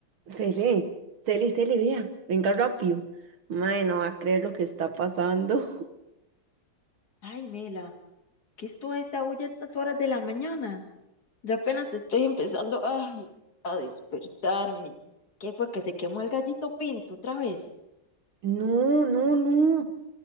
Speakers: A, on the right; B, on the left.
A: Se lee, se vea, venga rápido. Mae, no va a creer lo que está pasando. <laughs>
B: Ay, Mela, ¿qué es toda esa bulla a estas horas de la mañana? Yo apenas estoy empezando, ay, a despertarme. ¿Qué fue que se quemó el gallito pinto otra vez?
A: No, no, no.